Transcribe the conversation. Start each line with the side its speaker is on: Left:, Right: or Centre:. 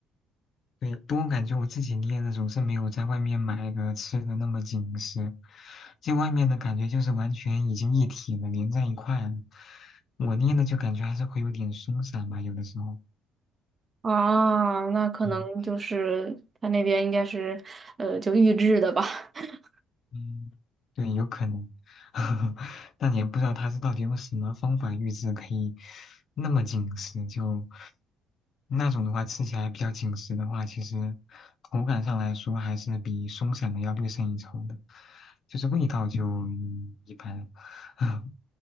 Left: 对，不过我感觉我自己捏的总是没有在外面买的吃的那么紧实，就外面的感觉就是完全已经一体了，连在一块了。我捏的就感觉还是会有点松散吧，有的时候。
Right: 啊，那可能就是他那边应该是，
Left: 嗯
Right: 呃，就预制的吧，<laughs>
Left: 嗯，对，有可能，<laughs> 但也不知道他是到底用什么方法预制可以那么紧实，就那种的话吃起来比较紧实的话，其实口感上来说还是比松散的要略胜一筹的，就是味道就嗯一般。<laughs>